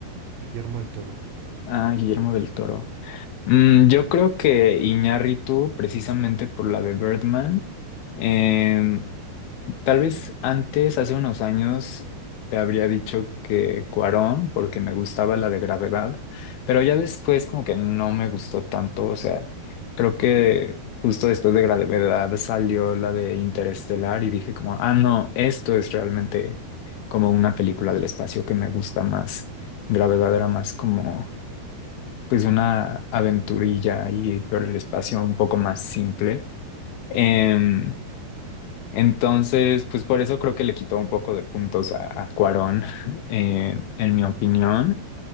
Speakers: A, on the right; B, on the left.
A: Guillermo del Toro.
B: Ah, Guillermo del Toro. Mm, yo creo que Iñárritu, precisamente por la de Birdman, em, tal vez antes, hace unos años, te habría dicho que Cuarón, porque me gustaba la de Gravedad, pero ya después como que no me gustó tanto, o sea, creo que justo después de Gravedad salió la de Interestelar y dije como, ah, no, esto es realmente como una película del espacio que me gusta más. Gravedad era más como pues una aventurilla y por el espacio un poco más simple. Em,
A: Sí.
B: entonces, pues por eso creo que le quitó un poco de puntos a, a Cuarón, <laughs> eh, en mi opinión.